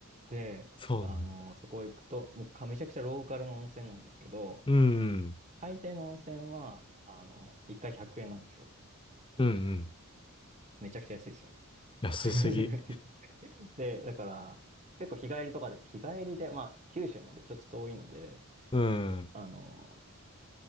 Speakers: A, on the right; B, on the left.
A: で、
B: そうなんだ。
A: あの、そこ行くと、もうかめちゃくちゃローカルの温泉なんですけど、
B: うん。
A: 大抵の温泉は、あの、1回100円なんですよ。
B: うん。うん
A: めちゃくちゃ安いですよね
B: 安すぎ。
A: <laughs> で、だから、結構日帰りとかで、日帰りで、まあ、九州なんでちょっと遠いので、
B: うん。
A: あの、